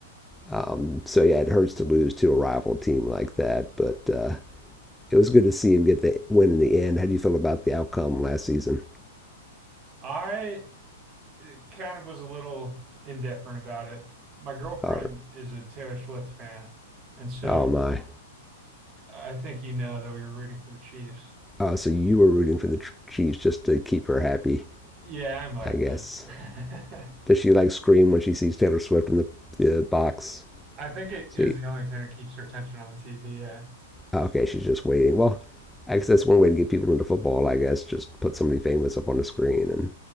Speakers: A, in the centre; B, on the right (about 30°).
A: Um, so yeah, it hurts to lose to a rival team like that, but uh, it was good to see him get the win in the end. How do you feel about the outcome last season?
B: I kind of was a little indifferent about it. My girlfriend
A: Oh,
B: is a Taylor Swift fan, and so
A: oh my.
B: I think you know that we were rooting for the Chiefs.
A: Oh, so you were rooting for the Chiefs just to keep her happy,
B: Yeah, I might
A: I
B: have
A: guess.
B: been. <laughs>
A: Does she like scream when she sees Taylor Swift in the, the box
B: I think it
A: seat?
B: is the only thing that keeps her attention on TV. Yeah.
A: Okay, she's just waiting. Well, I guess that's one way to get people into football. I guess just put somebody famous up on the screen, and